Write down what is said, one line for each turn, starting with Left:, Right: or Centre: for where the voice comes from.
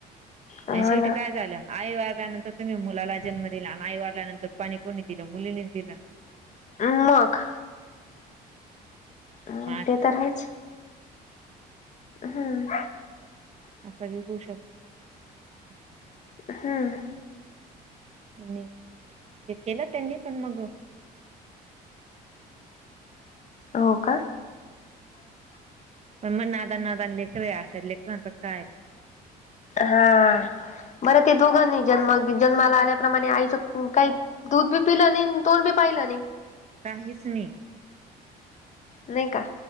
Left: हा
Right: आणि शेवटी
Left: ना
Right: काय झाल. आई वारल्यानंतर तुम्ही मुलाला जन्म दिला. आई वारल्यानंतर पाणी कोणी दिलं मुलीनीच दिलं ना.
Left: मग अ
Right: मग आज
Left: ते तर आहेच. हम्म
Right: अस जे होऊ शकतो. <inaudible>
Left: हम्म
Right: त्यांनी हे केल त्यांनी‌. पण मग
Left: हो का
Right: पण मग नादान नादान लेकर आहेत. आज त्या लेकरांच काय?
Left: हा बरं ते, दोघानी जन्म जन्माला आल्याप्रमाणे आईच काही दूध बी पिलं नाही आणि तोड बी पाहिलं नाही.
Right: काहीच नाही.
Left: नाही का?